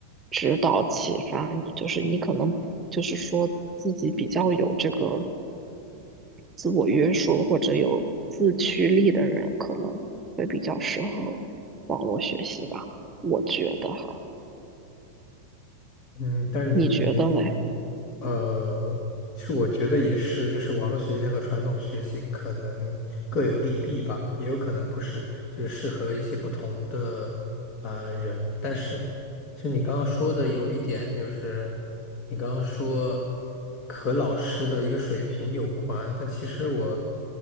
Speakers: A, on the right; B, on the left.
A: 指导启发你，就是你可能就是说自己比较有这个自我约束或者有自驱力的人，可能会比较适合网络学习吧，我觉得哈，
B: 嗯，但是您个您
A: 你觉得嘞？
B: 呃，其实我觉得也是，就是网络学习和传统学习可能各有利弊吧，也有可能不是，就是适合一些不同的呃人。但是，其实你刚刚说的有一点就是，你刚刚说和老师的一个水平有关，但其实我